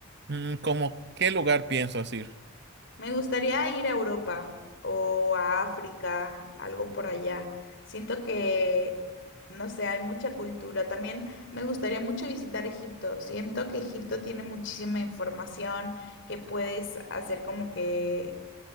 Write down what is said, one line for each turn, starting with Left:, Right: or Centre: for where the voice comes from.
Right: Mm, ¿Cómo qué lugar piensas ir?
Left: Me gustaría ir a Europa o a África, algo por allá. Siento que, no sé, hay mucha cultura. También me gustaría mucho visitar Egipto. Siento que Egipto tiene muchísima información que puedes hacer como que,